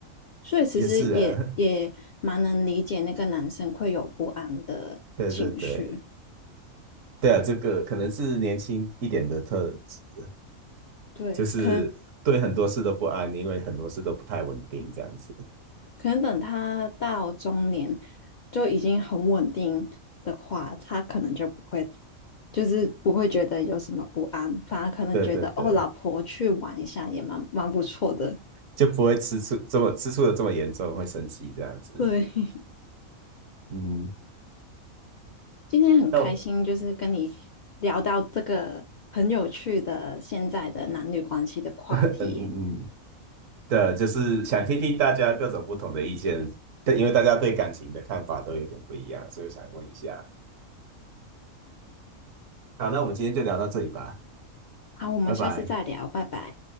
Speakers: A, on the left; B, on the right.
A: 所以其实也也蛮能理解那个男生会有不安的情绪。
B: 也是啊，<laughs> 对对对。对啊，这个可能是年轻一点的特质，
A: 对，
B: 就是对很多事都不安，
A: 可能
B: 因为很多事都不太稳定，这样子。
A: 可能等他到中年就已经很稳定的话，他可能就不会，就是不会觉得有什么不安，反而可能觉得哦，
B: 对对对，
A: 老婆去玩一下也蛮蛮不错的。
B: 就不会吃醋这么吃醋的这么严重，会生气这样子。
A: 对，<laughs>
B: 嗯，
A: 今天很开心，
B: 那我
A: 就是跟你聊到这个很有趣的现在的男女关系的话题。
B: <laughs> 嗯嗯嗯，对啊，就是想听听大家各种不同的意见，对，因为大家对感情的看法都有点不一样，所以想问一下。好，那我们今天就聊到这里吧，
A: 好，我们下次再聊，
B: 拜拜。
A: 拜拜。